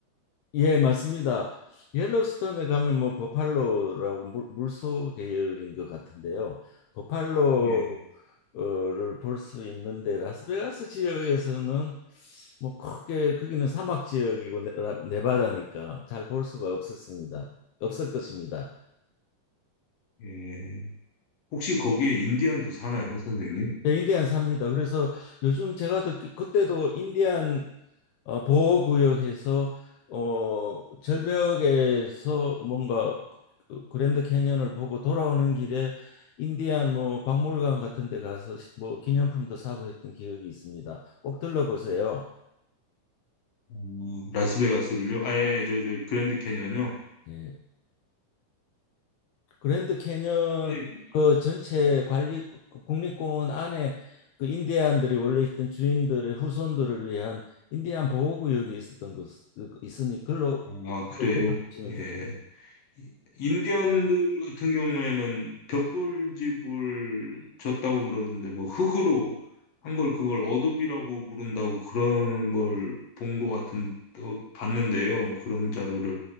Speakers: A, on the left; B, on the left.
A: 예, 맞습니다. 옐로스톤에 가면 뭐 버팔로라고 물, 물소 계열인 것 같은데요. 버팔로
B: 예.
A: 어를 볼 수 있는데 라스베가스 지역에서는 뭐 크게 거기는 사막 지역이고 네- 라- 네바다니까 잘 볼 수가 없었습니다. 없을 것입니다.
B: 예. 혹시 거기에 인디안도 사나요, 선생님?
A: 저 인디안 삽니다. 그래서 요즘 제가 듣기 그때도 인디안 어, 보호구역에서 어, 절벽에서 뭔가 그- 그 그랜드 캐니언을 보고 돌아오는 길에 인디안 뭐 박물관 같은 데 가서 시- 뭐 기념품도 사고 했던 기억이 있습니다. 꼭 들러보세요.
B: 어, 라스베가스를요? 아, 예, 예, 저, 저, 그랜드 캐년이요?
A: 예. 그랜드 캐년
B: 선생님,
A: 그 전체 관리 그 국립공원 안에 그 인디안들이 원래 있던 주인들의 후손들을 위한 인디안 보호구역이 있었던 것 있으니 글로
B: 아, 그래요?
A: 보시면
B: 예.
A: 좋고
B: 인디언들 같은 경우에는 벽돌집을 졌다고 그러던데, 뭐, 흙으로 한 걸 그걸 어도비라고 부른다고 그러는 걸 본 것 같은, 어, 봤는데요. 그런 자료를.